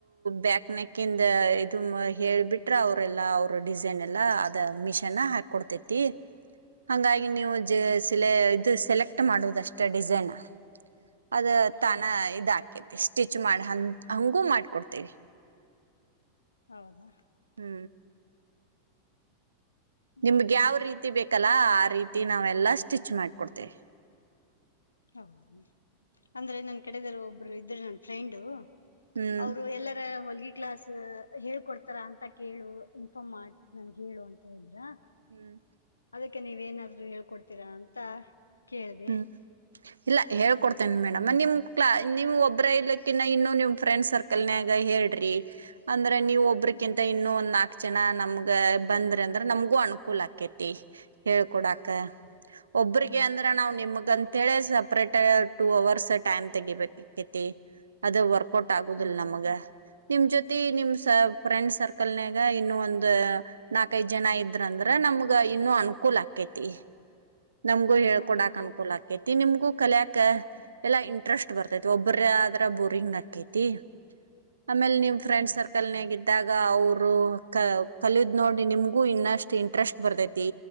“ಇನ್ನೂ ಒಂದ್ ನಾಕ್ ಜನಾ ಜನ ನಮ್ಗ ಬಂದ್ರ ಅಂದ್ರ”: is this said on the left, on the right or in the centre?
Right